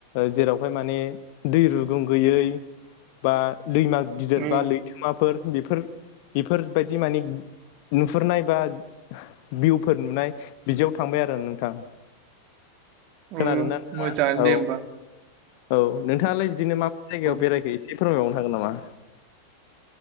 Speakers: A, on the left; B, on the right.
A: जेरावहाय माने दै रुगुं गैयै बा दैमा गिदिर
B: औ
A: बा लैथोमाफोर बेफोर बेफोरबायदि माने नुहुरनाय बा भिउफोर नुनाय बिदियाव थांबाय आरो नोंथां। खोनादोंना
B: उम
A: नोंथाङा
B: मोजाङानो
A: औ
B: दे होमबा।
A: औ नोंथाङालाय बिदिनो मा मा जायगायाव
B: औ
A: बेरायखो एसे फोरमायावनो हागोन नामा?